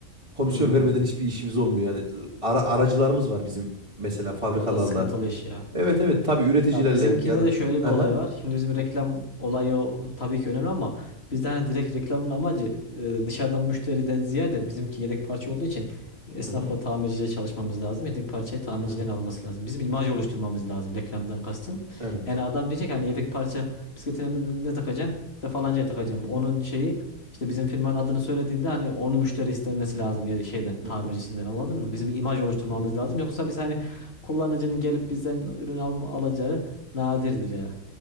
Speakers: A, on the right; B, on the left.
A: Komisyon
B: hmm,
A: vermeden hiçbir işimiz olmuyor yani. Ara, aracılarımız var bizim mesela fabrikalarla.
B: o da sıkıntılı iş ya.
A: Evet evet tabii üreticilerle
B: Ya bizimkinde
A: ya da.
B: de şöyle bir
A: Hı
B: olay
A: hı.
B: var. Şimdi bizim reklam olayı o- tabii ki önemli ama bizde hani direkt reklamın amacı e, dışarıdan müşteriden ziyade bizimki yedek parça olduğu için esnafla
A: Hı hı.
B: tamirciyle çalışmamız lazım. Yedek parçayı tamirciden
A: Hı hı.
B: alması lazım. Bizim imaj oluşturmamız lazım reklamdan kastım.
A: Evet.
B: Yani adam diyecek hani yedek parça bisikletine ne, ne takacaksın? İşte falancaya takacağım.
A: Hı
B: Onun
A: hı.
B: şeyi işte bizim firmanın adını söylediğinde hani onu müşteri istemesi lazım ya şeyden tamircisinden
A: Hı hı.
B: anladın mı? Bizim imaj oluşturmamız
A: Hı hı.
B: lazım. Yoksa biz hani kullanıcının gelip bizden ürün al alacağı Nadirdir ya.